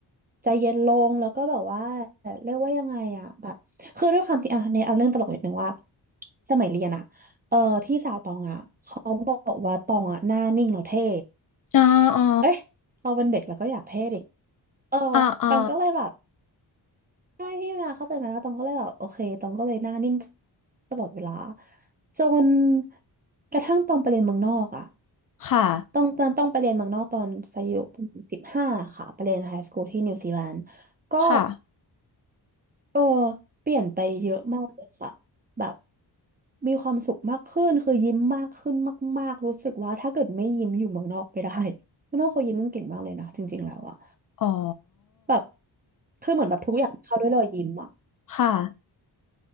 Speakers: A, on the right; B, on the left.
A: ใจเย็นลงแล้วก็แบบว่าเรียกว่ายังไงอะแบบคือด้วยความที่อ่ะในเอาเรื่องตลกนิดนึงว่าสมัยเรียนอะเออพี่สาวตองอะเขาบอกว่าตองอะหน้านิ่งแล้วเท่
B: อ๋ออ๋อ
A: เอ้ยเราเป็นเด็กแล้วก็อยากเท่ดิเออ
B: อ่าอ่า
A: ตองก็เลยแบบใช่พี่มาเข้าใจไหมแล้วตองก็เลยแบบโอเคตองก็เลยหน้านิ่งตลอดเวลาจนกระทั่งตองไปเรียนเมืองนอกอะ
B: ค่ะ
A: ต้องตอนต้องไปเรียนเมืองนอกตอนอายุสิบห้าค่ะไปเรียนไฮสคูลที่นิวซีแลนด์ก็
B: ค่ะ
A: เออเปลี่ยนไปเยอะมากเลยค่ะแบบมีความสุขมากขึ้นคือยิ้มมากขึ้นมากๆรู้สึกว่าถ้าเกิดไม่ยิ้มอยู่เมืองนอกไม่ได้ <laughs> เมืองนอกเขายิ้มกันเก่งมากเลยนะจริงๆแล้วอะ
B: อ๋อ
A: แบบคือเหมือนแบบทุกอย่างเข้าด้วยรอยยิ้มอะ
B: ค่ะ